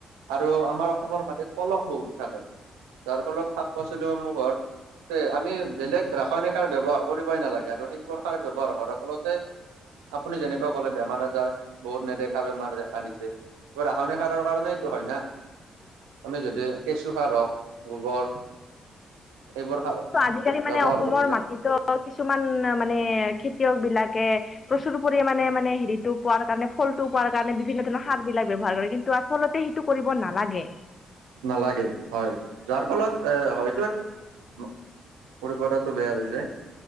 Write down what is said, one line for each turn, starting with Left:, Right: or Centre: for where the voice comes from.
Right: আৰু আমাৰ অসমৰ মাজত পলস বহুত থাকে। যাৰ ফলত শাক পাচলিসমূহৰ আমি বেলেগ ৰাসায়নিকাৰ ব্যয়ৱহাৰ কৰিবই নালাগে আৰু সেইবোৰ খাৰ ব্যৱহাৰ কৰা ফলতে আপুনি যেনেকুৱা কলে বেমাৰ আজাৰ বহুত নেদেখা বেমাৰ দেখা দিছে। ৰাসায়নিক সাৰৰ কাৰণেই এইটো হয় না, আমি যদি কেঁচু সাৰ হওক গোবৰ এইবোৰ সাৰ
Left: ত' আজিকালি
Right: ব্যৱহাৰ
Left: মানে অসমৰ
Right: কৰিলে
Left: মাটিতটো কিছুমান মানে খেতিয়কবিলাকে প্ৰচুৰ পৰিমানে মানে হেৰিটো পোৱাৰ কাৰণে ফলটো পোৱাৰ কাৰণে বিভিন্ন ধৰণৰ সাৰবিলাক ব্যৱহাৰ কৰে। কিন্তু আচলতে স টো কৰিব নালাগে।
Right: নালাগে হয়। যাৰ ফলত এ হয়তো <unintelligible> বেয়া হৈ যায়